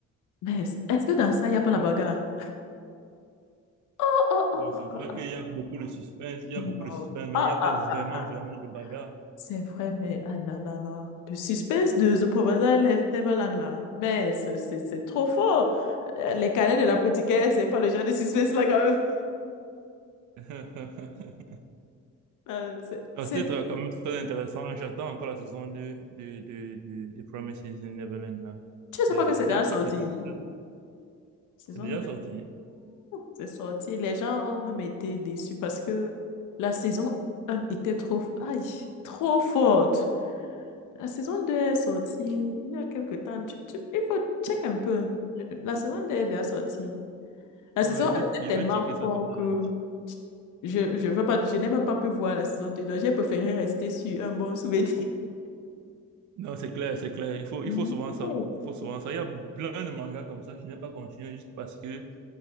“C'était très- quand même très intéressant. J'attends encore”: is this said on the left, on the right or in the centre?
Right